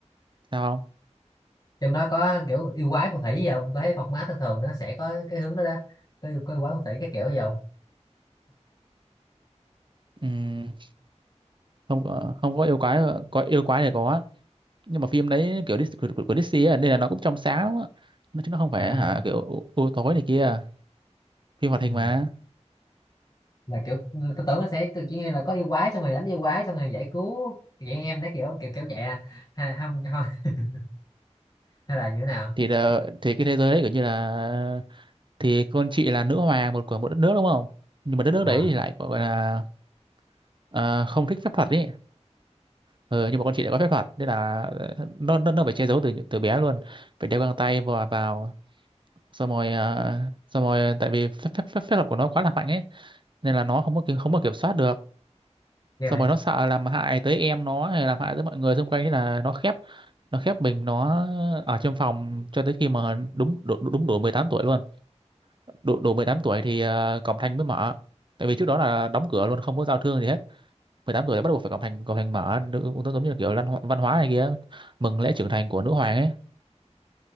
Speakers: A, on the right; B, on the left.
A: sao không
B: trong đó có kiểu yêu quái phù thủy gì không? Tôi thấy format thường thường nó sẽ có cái hướng đó đó. Có yêu, có yêu quái phù thủy cái kiểu gì không?
A: Ừm, không có- không có yêu quái có yêu quái thì có nhưng mà phim đấy kiểu Dis- của, của, của Disney ấy, nên là nó cũng trong sáng lắm á. nó chứ nó không phải
B: À.
A: hả kiểu u, u tối này kia phim hoạt
B: Ừ.
A: hình mà
B: là kiểu tôi tưởng nó sẽ kiểu như là có yêu quái xong rồi đánh yêu quái xong rồi giải cứu vậy em đấy kiểu kiểu kiểu vậy à hay là không thôi <laughs> hay là như thế nào
A: thì là, thì cái thế giới đấy kiểu như là thì con chị là nữ hoàng một của một đất nước đúng không nhưng mà đất nước
B: ờ
A: đấy thì lại gọi là ờ, không thích phép thuật ý ừ, nhưng mà con chị lại có phép thuật nên là ờ, nó nó nó phải che giấu từ từ bé luôn phải đeo găng tay vào vào xong rồi ờ, xong rồi tại vì phép phép phép phép thuật của nó quá là mạnh ấy nên là nó không có ki- không có kiểm soát được
B: ghê
A: xong
B: vậy
A: rồi nó sợ làm hại tới em nó hay làm hại tới mọi người xung quanh thế là nó khép nó khép mình nó ở trong phòng cho tới khi mà đúng đủ, đủ- đúng đủ 18 tuổi luôn đủ đủ 18 tuổi thì ờ, cổng thành mới mở tại vì trước đó là đóng cửa luôn không có giao thương gì hết mười tám tuổi đã bắt buộc phải cổng thành cổng thành mở nữ, cũng giống như là kiểu lan, ho- văn hóa này kia mừng lễ trưởng thành của nữ hoàng ấy